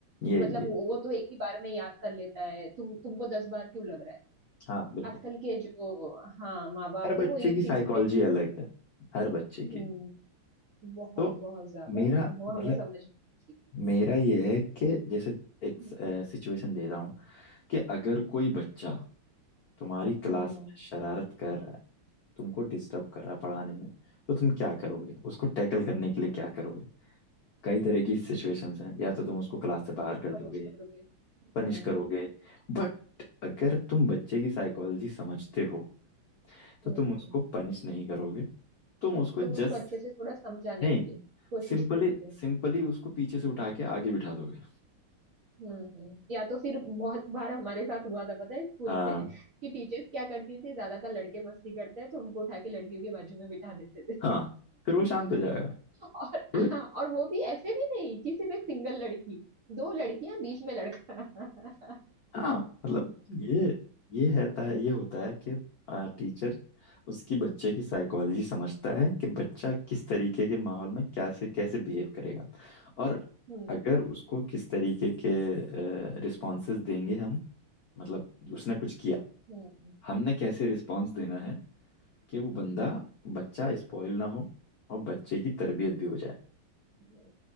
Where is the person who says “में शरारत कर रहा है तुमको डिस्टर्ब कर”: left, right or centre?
Left